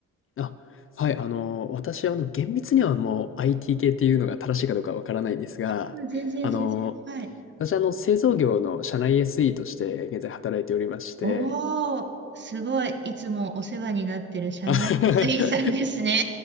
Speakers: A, on the left (about 45°); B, on the right (about 35°).
A: あ、はい。あの、私は、あの、厳密にはもう IT 系っていうのが正しいかどうかわからないんですが、
B: あ、全然全然。
A: あの、
B: はい。
A: 私は、あの、製造業の社内 SE として現在働いておりまして、
B: おー、すごい。いつもお世話になってる社外の
A: あ、<laughs>
B: SE さんですね。